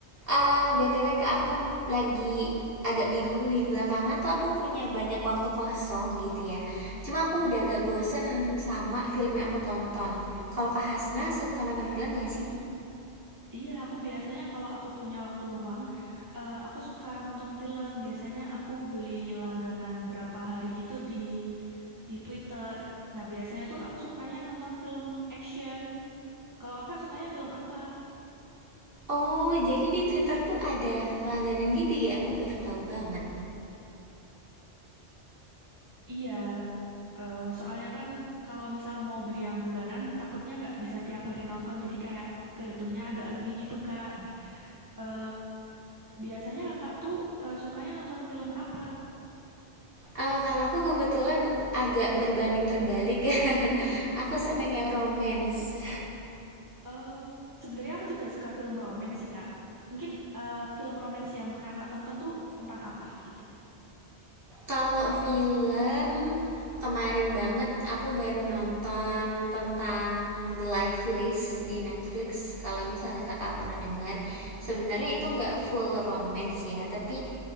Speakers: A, on the right; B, on the right.
A: Eh, btw kak aku lagi agak bingung nih belakangan tuh aku punya banyak waktu kosong gitu ya.
B: Mm-mm.
A: Cuma aku udah agak bosen sama film yang aku tonton. Kalau kak Hasna suka nonton film gak sih?
B: Iya, aku biasanya kalau aku punya waktu luang, eh, aku suka nonton film. Biasanya aku beli langganan berapa hari gitu di di Twitter. Nah, biasanya tuh aku sukanya nonton film action. Kalau kakak sukanya film apa?
A: Oh, jadi di Twitter tuh ada langganan gitu ya? Aku baru tahu banget.
B: Iya, eh, soalnya kan kalau misal mau beli yang bulanan, takutnya nggak bisa tiap hari nonton. Jadi kayak kehitungnya agak rugi gitu, Kak. Nah, eh, Biasanya kakak tuh eh, sukanya nonton film apa?
A: Eee, kalau aku kebetulan agak berbanding terbalik. <laughs>
B: Mm-mm.
A: Aku seneng yang romance.
B: Eh, sebenarnya aku juga suka film romans sih kak. Mungkin eh, film romans yang pernah kak tonton tuh tentang apa gitu?
A: Kalau film, kemarin banget aku baru nonton tentang The Life List di Netflix, kalau misalnya Kakak pernah dengar.
B: Mm-mm.
A: Sebenarnya itu nggak full romance ya, tapi,